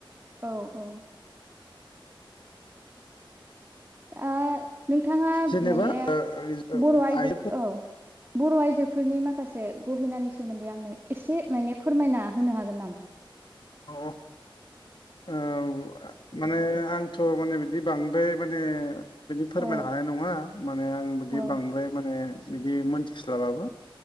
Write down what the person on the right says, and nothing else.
औ औ आ- नोंथाङा
बेनि
बर' आयजो
औ बर' आइजोफोरनि माखासे गहेनानि सोमोन्दै आंनो एसे माने फोरमायना होनो हागोन नामा?
औ
औ।